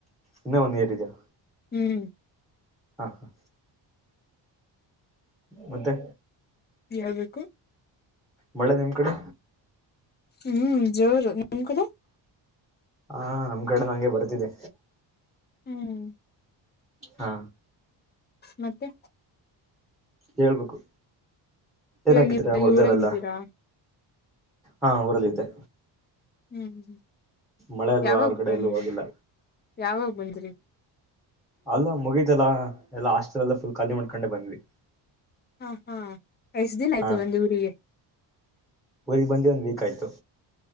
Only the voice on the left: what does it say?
ಹ್ಮ್
ಯಲ್ಬೆಬೇಕು
ಹ್ಮ್ ಜೋರು ನಿಮ್ ಕಡೆ
ಹ್ಮ್
ಮತ್ತೆ
ಇವಾಗ
ನೀವೆಲ್ಲ
ಊರಲ್ಲ ಇದ್ದೀರಾ
ಹ್ಮ್
ಯಾವಾಗ
ಬನ್ನ
ಯಾವಾಗ ಬಂದ್ರಿ
ಹಾ ಹಾ ಎಷ್ಟ ದಿನ ಆಯ್ತು
ಬಂದ ಊರಿಗೆ